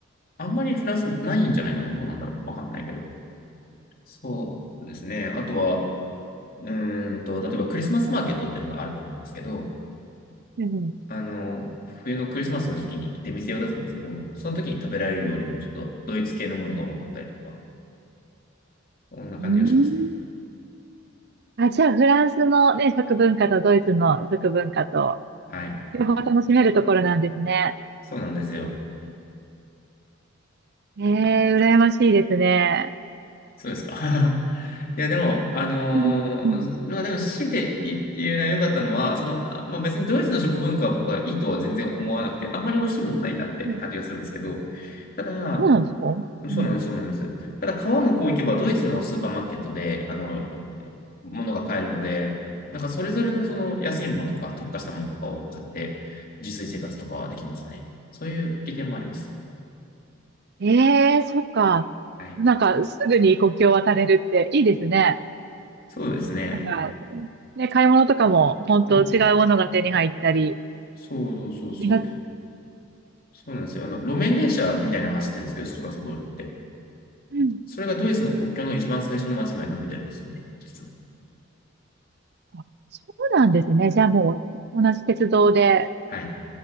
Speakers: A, on the left; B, on the right.
A: あんまりフランスないんじゃないかな。どうなんだろう。わかんないけど。そうですね。あとは、うーんと、例えばクリスマスマーケットっていうのがあると思うんですけど、
B: うん
A: あの、冬のクリスマスの時期に出店を出すんですけども、その時に食べられる料理もちょっとドイツ系のものが多かったりとか、こんな感じがしますね。
B: うーんあ、じゃあ、フランスのね、食文化とドイツの食文化と、
A: はい。
B: 両方楽しめるところなんですね。
A: そうなんですよ。
B: ええ、羨ましいですね。
A: そうですか。<laughs> いや、でも、あのーまあでも、
B: うんうん
A: 強いて言うのは良かったのは、その、あまあ別にドイツの食文化は僕はいいとは全然思わなくて、あんまり美味しいもんないなって感じがするんですけど、
B: うん
A: ただ、
B: そうなんですかうん
A: そうなんです、そうなんです。ただ、川向こう行けばドイツのスーパーマーケットで、あの、物が買えるので、なんかそれぞれのその安いものとか、
B: うん
A: 特化したものとかを買って、自炊生活とかはできますね。そういう利点もあります。
B: ええ、そっか。
A: はい。
B: なんか、すぐに国境を渡れるっていいですね。
A: そうですね。
B: なんか、ね、買い物とかも、本当違うものが手に入ったり、
A: うん。そうそうそうそう。
B: 気が
A: そうなんですよ。あの、路面電車みたいなの走ってるんですけど、ストラスブールって。
B: うん
A: それがドイツの国境の一番最初の街まで伸びてるんですよね、実は。
B: あそうなんですね。じゃあもう、同じ鉄道で、
A: はい。